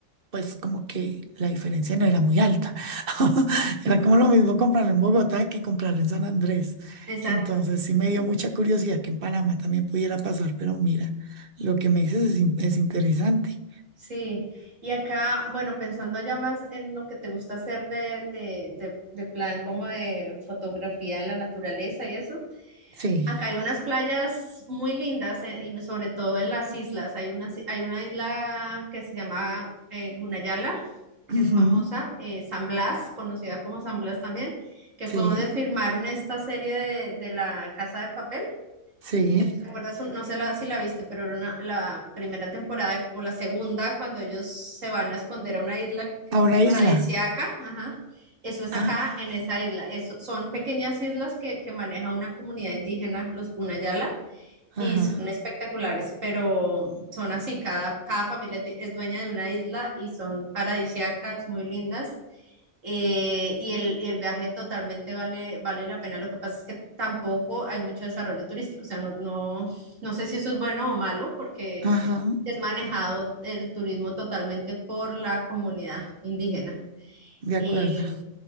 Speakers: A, on the right (about 50°); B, on the right (about 75°).
A: pues como que la diferencia no era muy alta. <laughs> Era como lo mismo comprarlo en Bogotá que comprarlo en San Andrés.
B: Exacto.
A: Entonces sí me dio mucha curiosidad que en Panamá también pudiera pasar, pero mira, lo que me dices es, in- es interesante.
B: Sí, y acá, bueno, pensando ya más en lo que te gusta hacer de, de, de, de plan como de fotografía en la naturaleza y eso,
A: Sí,
B: acá hay unas playas muy lindas, eh, y sobre todo en las islas. Hay una, hay una isla que se llama eh, Gunayala, que
A: ujú,
B: es famosa, eh, San Blas, conocida como San Blas también, que
A: Sí,
B: fue donde filmaron esta serie de, de La Casa de Papel
A: sí.
B: eh, ¿Te acuerdas? No sé la- si la viste, pero era una- la primera temporada o la segunda, cuando ellos se van a esconder a una isla que-
A: A una
B: paradisíaca,
A: isla.
B: ajá. Eso es
A: Ah,
B: acá, en esa isla. Eso, son pequeñas islas que, que maneja una comunidad indígena, los Gunayala,
A: ajá,
B: y son espectaculares, pero son así, cada, cada familia ti- es dueña de una isla y son paradisíacas, muy lindas. eh, y el, y el viaje totalmente vale, vale la pena. Lo que pasa es que tampoco hay mucho desarrollo turístico. O sea, no, no, no sé si eso es bueno o malo, porque
A: ajá,
B: es manejado el turismo totalmente por la comunidad indígena.
A: de
B: Eh,
A: acuerdo.